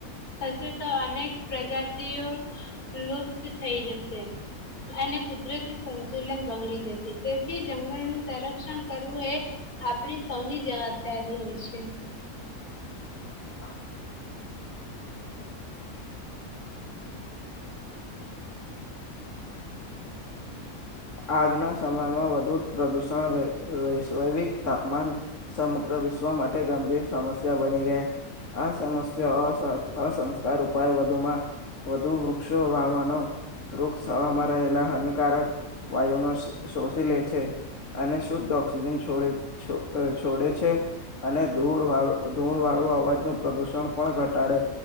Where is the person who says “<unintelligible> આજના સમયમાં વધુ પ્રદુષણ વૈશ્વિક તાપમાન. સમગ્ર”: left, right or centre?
Left